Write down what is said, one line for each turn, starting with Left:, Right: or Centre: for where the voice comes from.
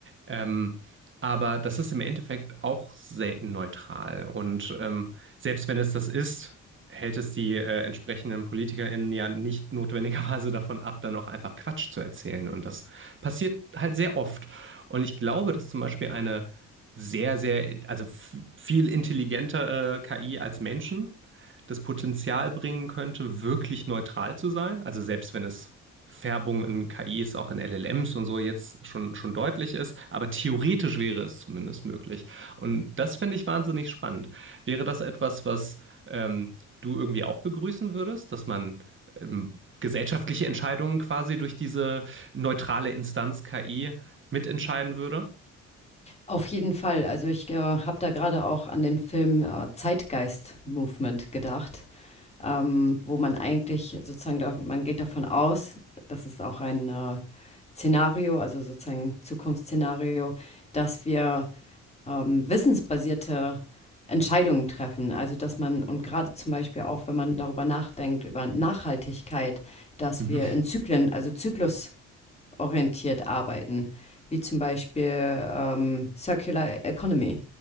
Right: Ähm, aber das ist im Endeffekt auch selten neutral. Und ähm, selbst wenn es das ist, hält es die äh, entsprechenden PolitikerInnen ja nicht notwendigerweise davon ab, dann auch einfach Quatsch zu erzählen. Und das passiert halt sehr oft. Und ich glaube, dass zum Beispiel eine sehr, sehr, also f- viel intelligentere KI als Menschen das Potenzial bringen könnte, wirklich neutral zu sein. Also selbst wenn es Färbung in KIs, auch in LLMs und so jetzt schon, schon deutlich ist. Aber theoretisch wäre es zumindest möglich. Und das finde ich wahnsinnig spannend. Wäre das etwas, was ähm, du irgendwie auch begrüßen würdest, dass man ähm, gesellschaftliche Entscheidungen quasi durch diese neutrale Instanz KI mitentscheiden würde?
Left: Auf jeden Fall. Also ich äh, habe da gerade auch an den Film äh, Zeitgeist Movement gedacht, ähm, wo man eigentlich sozusagen, da, man geht davon aus, das ist auch ein äh, Szenario, also sozusagen Zukunftsszenario, dass wir ähm, wissensbasierte Entscheidungen treffen. Also dass man, und gerade zum Beispiel auch, wenn man darüber nachdenkt, über Nachhaltigkeit, dass
Right: Mhm.
Left: wir
Right: <laughs>
Left: in Zyklen, also Zyklus, orientiert arbeiten, wie zum Beispiel ähm, Circular Economy,